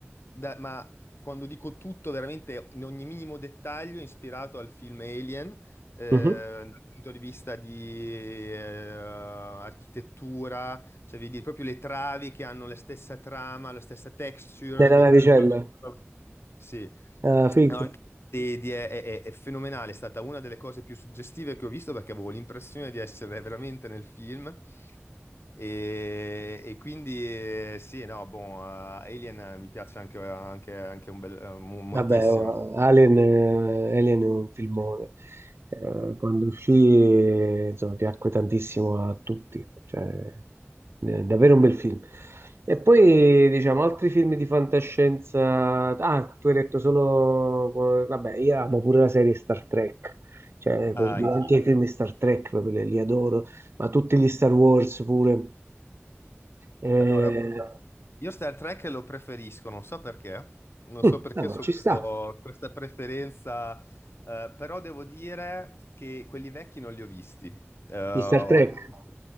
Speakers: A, on the left (about 60°); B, on the right (about 60°).
A: da- ma quando dico tutto, veramente in ogni minimo dettaglio, ispirato al film Alien, eh,
B: mhm.
A: dal punto di vista di eh, architettura cioè, vedi proprio le travi che hanno la stessa trama, la stessa texture
B: nella
A: di
B: navicella.
A: tutto quello che... Sì,
B: Ah, figo.
A: No, anche di- di- è, è- è fenomenale, è stata una delle cose più suggestive che ho visto perché avevo l'impressione di essere veramente nel film. E, e quindi eh, sì, no, boh, eh, Alien eh, mi piace anche, anche- anche un bel, eh, mo- moltissimo.
B: Vabbè, oh, Alien, eh, Alien è un filmone. Eh, quando uscì, eh, insomma, piacque tantissimo a tutti. Cioè, eh, davvero un bel film. E poi, diciamo, altri film di fantascienza. Ah, tu hai detto solo. Vabbè, io amo pure la serie Star Trek. Cioè,
A: Ah,
B: per dire,
A: anch'io.
B: anche i film di Star Trek proprio li, li adoro, ma tutti gli Star Wars pure. Eh,
A: Allora, Io Star Trek lo preferisco, non so perché, non so
B: mm,
A: perché
B: vabbè,
A: ho
B: ci
A: questo-
B: sta.
A: questa preferenza, eh, però devo dire che quelli vecchi non li ho visti. Eh, ho
B: Gli Star Trek.
A: visto-